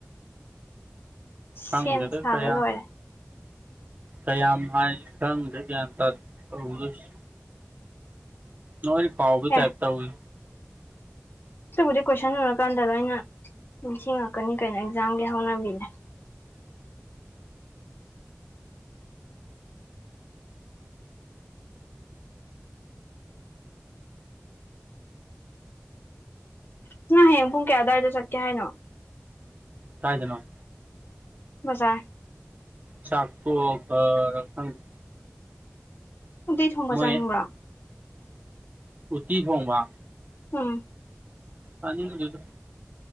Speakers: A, on the left; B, on the right.
A: ꯁꯦꯝ
B: ꯈꯪꯗꯦꯗ
A: ꯁꯥꯕ
B: ꯀꯌꯥꯝ
A: ꯂꯣꯏꯔꯦ
B: ꯀꯌꯥꯝ ꯍꯥꯏ ꯈꯪꯗ꯭ꯔꯦ ꯒ꯭ꯌꯥꯟ ꯇꯥꯗꯦ ꯇꯧꯗꯨꯏꯁꯦ ꯅꯣꯏꯅ ꯀꯥꯎꯕꯩ
A: ꯑꯦ
B: ꯇꯥꯏꯞ ꯇꯧꯏꯤ
A: ꯑꯗꯨꯕꯨꯗꯤ ꯀꯣꯏꯁꯟ ꯎꯔꯀꯥꯟꯗ ꯂꯣꯏꯅ ꯅꯤꯡꯁꯤꯡꯉꯛꯀꯅꯤ ꯀꯩꯅꯣ ꯑꯦꯛꯖꯥꯝꯒꯤ ꯍꯧꯅꯕꯤꯅꯦ ꯅꯪ ꯍꯌꯦꯡ ꯄꯨꯡ ꯀꯌꯥ ꯑꯗꯥꯏꯗ ꯆꯠꯀꯦ ꯍꯥꯏꯅꯣ
B: ꯀꯥꯏꯗꯅꯣ
A: ꯕꯖꯔ
B: ꯆꯥꯛ ꯇ‌ꯣꯛꯑꯣꯒꯔ ꯈꯪꯗ‌ꯦ
A: ꯎꯇꯤ ꯊꯣꯡꯕ
B: ꯃꯣꯏ
A: ꯆꯥꯅꯤꯡꯕ꯭ꯔꯣ
B: ꯎꯇꯤ ꯊ‌ꯣꯡꯕ
A: ꯎꯝ
B: ꯆꯥꯅꯤꯡꯗ‌ꯦꯗ